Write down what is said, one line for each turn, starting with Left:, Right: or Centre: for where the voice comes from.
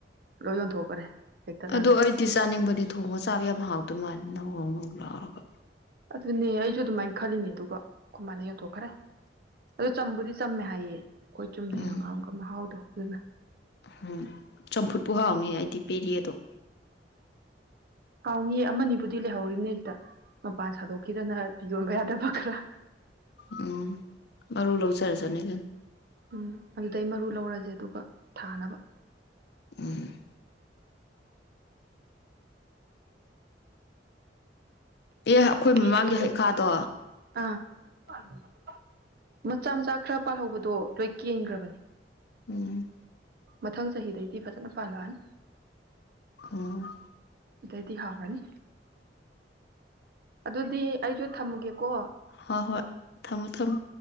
Right: ꯂꯣꯏ ꯌꯣꯟꯊꯣꯛꯈꯔꯦ ꯍꯦꯛꯇꯠꯂꯒ
Left: ꯑꯗꯣ ꯑꯩꯗꯤ ꯆꯥꯅꯤꯡꯕꯗꯤ ꯊꯣꯡꯉ ꯆꯥꯕ ꯌꯥꯝ ꯍꯥꯎꯗꯣꯏ ꯃꯥꯜꯂꯦ ꯅꯧ ꯂꯥꯎꯔꯒ
Right: ꯑꯗꯨꯅꯦ ꯑꯩꯁꯨ ꯑꯗꯨꯃꯥꯏꯅ ꯈꯜꯂꯤꯅꯦ ꯑꯗꯨꯒ ꯈ‌ꯣꯏ ꯃꯥꯅꯥ ꯌ‌ꯣꯟꯊ‌ꯣꯛ ꯈꯔ‌ꯦ ꯑ ꯆꯝꯕꯨꯗꯤ ꯆꯝꯃꯦ ꯍꯥꯏꯌꯦ ꯑꯩꯈꯣꯏ ꯆꯨꯝꯅꯩ
Left: ꯎꯝ
Right: ꯍꯪꯒꯥꯝꯒ ꯃꯍꯥꯎꯗꯣ ꯑꯗꯨꯅꯥ
Left: ꯎꯝ ꯆꯝꯐꯨꯠꯄꯨ ꯍꯥꯎꯅꯤ ꯑꯩꯗꯤ ꯄ‌ꯦꯔ‌ꯦꯗ‌ꯣ
Right: ꯍꯥꯎꯅꯤꯌ‌ꯦ ꯑꯃꯅꯤꯕꯨꯗꯤ ꯂꯩꯍꯧꯔꯤꯝꯅꯦ ꯁꯤꯗ ꯃꯄꯥꯟ ꯁꯥꯗꯣꯛꯈꯤꯗꯅ ꯌꯣꯟꯕ ꯌꯥꯗꯕ ꯈꯔ
Left: ꯎꯝ ꯃꯔꯨ ꯂꯧꯖꯔꯖꯅꯤ
Right: ꯎꯝ ꯑꯗꯨꯗꯩ ꯃꯔꯨ ꯂꯧꯔꯁꯦ ꯑꯗꯨꯒ ꯊꯥꯅꯕ
Left: ꯎꯝ ꯑꯦ ꯑꯩꯈꯣꯏ ꯃꯃꯥꯡꯒꯤ
Right: ꯑ‌ꯦ ꯑꯩꯈꯣꯏ
Left: ꯍꯩꯈꯥꯗꯣ
Right: ꯃꯃꯥꯡꯒꯤ ꯍꯩꯈꯥꯗꯣ ꯑꯝꯇ ꯄꯥꯜꯍꯧꯗꯦꯅꯦ ꯃꯆꯥ ꯃꯆꯥ ꯈꯔ ꯄꯥꯜꯍꯧꯕꯗꯣ ꯂꯣꯏ ꯀꯦꯟꯈ꯭ꯔꯕꯅꯤ
Left: ꯎꯝ
Right: ꯃꯊꯪ ꯆꯍꯤꯗꯩꯗꯤ ꯐꯖꯅ ꯄꯥꯜꯂꯛꯑꯅꯤ
Left: ꯎꯝ
Right: ꯑꯗꯩꯗꯤ ꯍꯥꯎꯔꯅꯤ ꯑꯗꯨꯗꯤ ꯑꯩꯁꯨ ꯊꯝꯃꯒꯦꯀꯣ
Left: ꯍꯣꯏ ꯍꯣꯏ ꯊꯝꯃꯣ ꯊꯝꯃꯣ